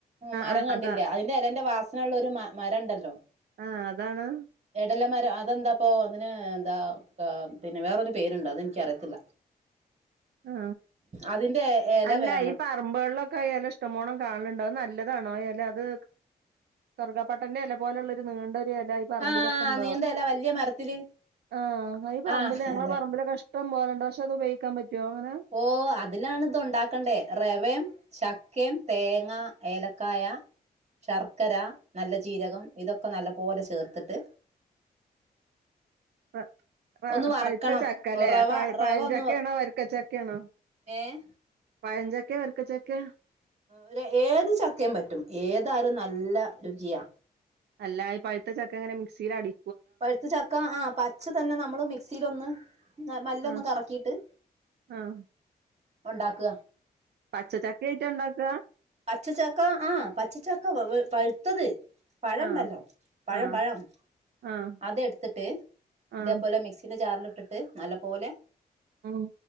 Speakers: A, on the right; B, on the right.
A: മരം
B: ആഹ്
A: കണ്ടില്ലേ
B: അതാ
A: അതിന്റെ എലന്റെ വാസന ഉള്ള ഒരു മ മരണ്ടല്ലോ
B: ആ അതാണ്
A: എടല മരം അതെന്താപ്പൊ അങ്ങനെ എന്താ പിന്നെ വേറൊരു പേര്ണ്ട് അത് ഇൻക്ക് അറിയത്തില്ല
B: ആ
A: അതിന്റെ ഇല
B: അല്ല
A: വേണം
B: ഈ പാ പറമ്പ്കൾലൊക്കെ ആ എല ഇഷ്ടം പോണം കാൺല്ണ്ട് അത് നല്ലതാണോ ആ എല അത് കറുഗാപ്പട്ടന്റെ എലപോലള്ള ഒരു നീണ്ടൊരു എലആയി പർമ്പിലൊക്കെ
A: ആഹ്
B: ഇണ്ടാവും
A: നീണ്ട ഇല വല്യ മരത്തില്
B: ആ ഈ പർമ്പിൽ
A: ആഹ്
B: ഞങ്ങളെ
A: അതെ
B: പർമ്പിലൊക്കെ ഇഷ് ടം പോലണ്ട് പക്ഷെ അത് ഉപയൊഗിക്കാം പറ്റൊ അങ്ങനെ
A: ഓ അത് ലാണ് ഇത് ഉണ്ടാക്കണ്ടേ റെവം ചക്കേം തേങ്ങ ഏലക്കായ ശർക്കര നല്ല ജീരകം ഇതൊക്കെ നല്ല പോലെ ചേർത്ത്ട്ട്
B: പ പ
A: ഒന്ന് വറക്കണം
B: പഴുത്ത ച്ചക്ക ലെ
A: റവ
B: പ
A: റവ
B: പഴഞ്ചക്കെണോ
A: ഒന്ന്
B: വര്ക്കച്ചക്കെണോ
A: ഏഹ്
B: പയംഞ്ചക്കെ വര്ക്ക ചക്കെ
A: ഒര് ഏത് ചക്കിം പറ്റും ഏതായാലും നല്ല രുചിയാ
B: അല്ല ഈ പഴുത്ത ചക്കങ്ങനെ മിക്സില് അടി
A: പഴുത്ത ചക്ക ആ പച്ച തന്നെ നമ്മള് മിക്സിലോന്ന് മെല്ലൊന്ന്
B: ആ
A: കറക്കീട്ട്
B: ആഹ്
A: ഉണ്ടാക്ക
B: പച്ച ചക്ക ആയിട്ട ഇണ്ടാക്ക
A: പച്ച ചക്ക ആ പച്ച ചക്ക പഴുത്തത് പഴം
B: ആഹ്
A: ഇണ്ടല്ലോ പഴം
B: ആഹ്
A: പഴം
B: ആഹ്
A: അതെട്ത്തിട്ട്
B: ആഹ്
A: ഇതേപോലെ മിക്സിന്റെ ജാർല് ഇട്ടിട്ട് നല്ല പോലെ
B: ആ